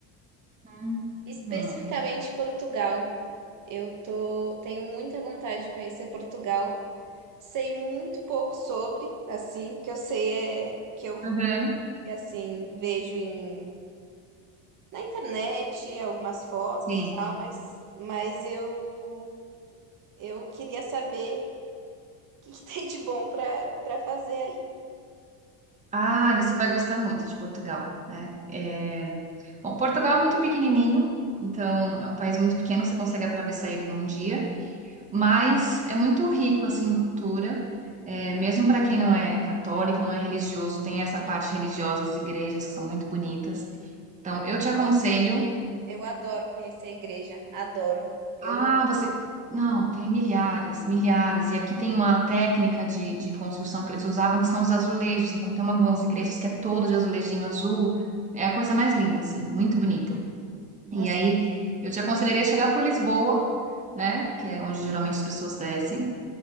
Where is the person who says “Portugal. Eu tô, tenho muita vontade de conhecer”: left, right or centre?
Right